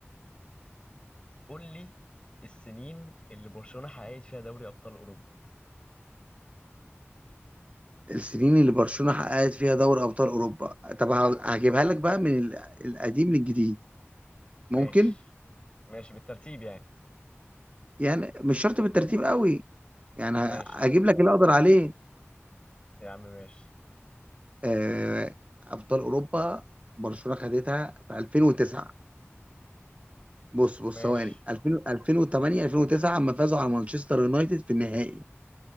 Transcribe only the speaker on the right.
السنين اللي برشلونة حققت فيها دوري ابطال اوروبا طب ه- هجيبها لك بقى من ال- القديم للجديد ممكن
يعني مش شرط بالترتيب قوي يعني ه-
هجيب لك اللي اقدر عليه
آه، ابطال اوروبا برشلونة خدتها في 2009 بص بص
ثواني 2000 2008 2009 اما فازوا على مانشستر يونايتد في النهائي